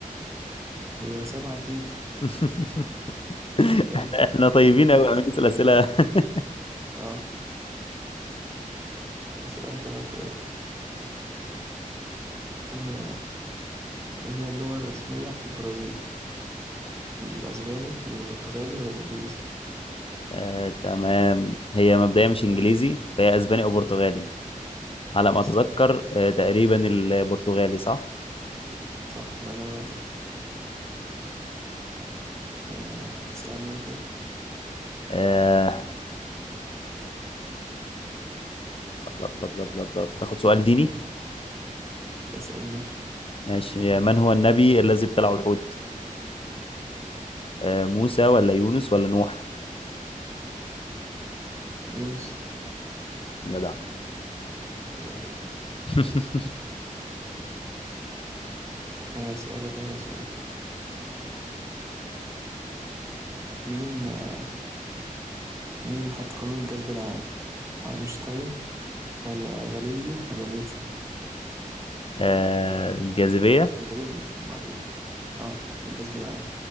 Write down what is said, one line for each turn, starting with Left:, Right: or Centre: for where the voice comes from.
Right: هي سبعة أكيد
Left: <laughs>
Right: يعني فاهم
Left: احنا
Right: أنت
Left: احنا طيبين
Right: بت-
Left: قوي عم نسأل أسئلة <laughs>
Right: اه أسألك أنا سؤال آه إيه هي اللغة الرسمية في البرازيل الأسباني ولا البرتغالي ولا الإنجليزي
Left: آه، تمام هي مبدئيا مش انجليزي فهي اسباني او برتغالي على
Right: حصل
Left: ما اتذكر آه، تقريبا البرتغالي صح
Right: صح ده أنا واخد آه اسألني بقى كده
Left: آه، لب- لب- لب- لب- لب. تاخد سؤال ديني
Right: اسأل ماشي
Left: ماشي من هو النبي الذي ابتلعه الحوت آه، موسى ولا يونس ولا نوح
Right: يونس
Left: جدع
Right: أيوة عليك
Left: <laughs>
Right: آه، أسألك أنا بقى سؤال مين آه، مين اللي حط قانون الجذب العام أينشتاين ولا غاليليو ولا نيوتن
Left: آه، الجاذبية
Right: غاليليو اسمه ما علينا يعني. اه الجذب العام